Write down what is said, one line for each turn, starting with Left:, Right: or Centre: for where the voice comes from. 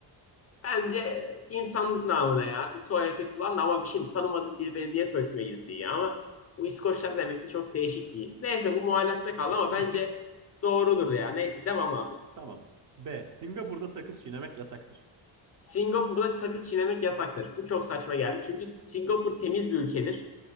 Left: bence insanlık namına ya tuvalete kullandı ama bir şey tanımadığım biri benim niye tuvaletime girsin ya ama bu İskoçlar demek ki çok değişik bir. Neyse bu muallakta kaldı
Right: <laughs>
Left: ama bence doğrudur ya. Neyse devam abi.
Right: Tamam. B. Singapur'da sakız çiğnemek yasaktır.
Left: Singapur'da sakız çiğnemek yasaktır. Bu çok saçma geldi. Çünkü Singapur temiz bir ülkedir.